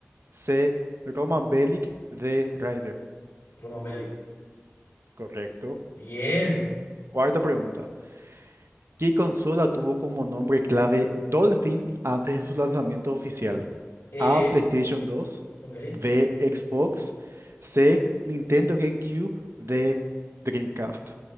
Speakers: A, on the right; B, on the left.
A: C. Roman Bellic. D. Ryder.
B: Roman Bellic.
A: Correcto.
B: Bien.
A: Cuarta pregunta. ¿Qué consola tuvo como nombre clave Dolphin antes de su lanzamiento oficial?
B: Eh,
A: A. PlayStation 2.
B: ok,
A: B. Xbox. C. Nintendo GameCube. D. Dreamcast.